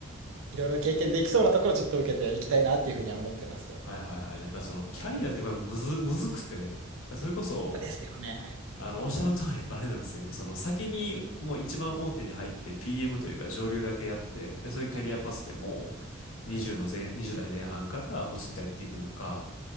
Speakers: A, on the right; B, on the left.
A: いろいろ経験できそうなところをちょっと受けていきたいなっていうふうには思ってます。
B: はいはいはい。やっぱそのキャリアってやっぱむず、むずくて、それこそ、
A: ですよね。
B: あの、おっしゃる通り、あれなんですよ。その先にもう一番大手に入って PM というか上流だけやって、で、そういうキャリアパスでもう20の前、
A: はい。
B: 20代前半からもうずっとやっていくのか、